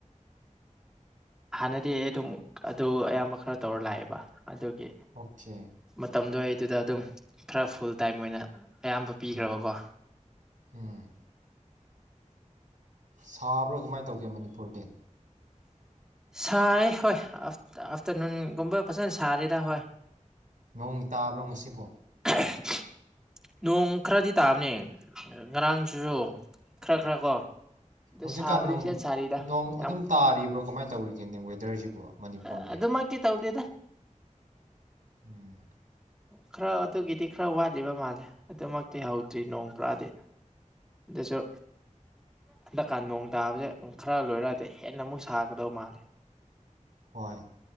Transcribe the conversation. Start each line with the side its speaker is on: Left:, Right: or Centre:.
Centre: ꯍꯥꯟꯅꯗꯤ ꯑꯩ ꯑꯗꯨꯝ ꯑꯗꯨ ꯑꯌꯥꯝꯕ ꯈꯔ ꯇꯧꯔ ꯂꯥꯛꯑꯦꯕ ꯑꯗꯨꯒꯤ
Right: ꯑꯣꯀꯦ
Centre: ꯃꯇꯝꯗꯣ ꯑꯩꯗꯨꯗ ꯑꯗꯨꯝ ꯈꯔ ꯐꯨꯜ ꯇꯥꯏꯝ ꯑꯣꯏꯅ ꯑꯌꯥꯝꯕ ꯄꯤꯈ꯭ꯔꯕꯀꯣ
Right: ꯎꯝ ꯎꯝ ꯁꯥꯕ꯭ꯔꯥ ꯀꯃꯥꯏꯅ ꯇꯧꯒꯦ ꯃꯅꯤꯄꯨꯔꯗꯤ
Centre: ꯁꯥꯏ ꯍꯣꯏ ꯑꯐꯇꯔꯅꯨꯟꯒꯨꯝꯕ ꯐꯖꯅ ꯁꯥꯔꯦꯗ ꯍꯣꯏ
Right: ꯅꯣꯡ ꯇꯥꯕ꯭ꯔꯣ ꯉꯁꯤꯕꯣ
Centre: <unintelligible> ꯅꯣꯡ ꯈꯔꯗꯤ ꯇꯥꯕꯅꯦ ꯉꯔꯥꯡꯁꯤꯁꯨ ꯈꯔ ꯈꯔ ꯀꯣ ꯑꯗꯨ
Right: ꯍꯧꯖꯤꯛꯀꯥꯟ
Centre: ꯁꯥꯕꯗꯤ ꯐꯖꯅ ꯁꯥꯔꯤꯗ
Right: ꯅꯣꯡ
Centre: ꯌꯥꯝ
Right: ꯑꯗꯨꯝ ꯇꯥꯔꯤꯕ꯭ꯔꯣ ꯀꯃꯥꯏꯅ <unintelligible> ꯗꯔꯁꯤꯕꯨ ꯃꯅꯤꯄꯨꯔꯒꯤ
Centre: ꯑ- ꯑꯗꯨꯃꯛꯇꯤ ꯇꯧꯗꯦꯗ
Right: ꯎꯝ
Centre: ꯈꯔ ꯑꯗꯨꯒꯤꯗꯤ ꯈꯔ ꯋꯥꯠꯂꯤꯕ ꯃꯥꯜꯂꯦ ꯑꯗꯨꯃꯛꯇꯤ ꯍꯧꯗ꯭ꯔꯤ ꯅꯣꯡ ꯄꯨꯔꯥꯗꯤ ꯑꯗꯨꯁꯨ ꯍꯟꯗꯛꯀꯥꯟ ꯅꯣꯡ ꯇꯥꯕꯁꯦ ꯈꯔ ꯂꯣꯏꯔꯛꯗꯤ ꯍꯦꯟꯅ ꯑꯃꯨꯛ ꯁꯥꯒꯗꯕ ꯃꯥꯜꯂꯦ
Right: ꯍꯣꯏ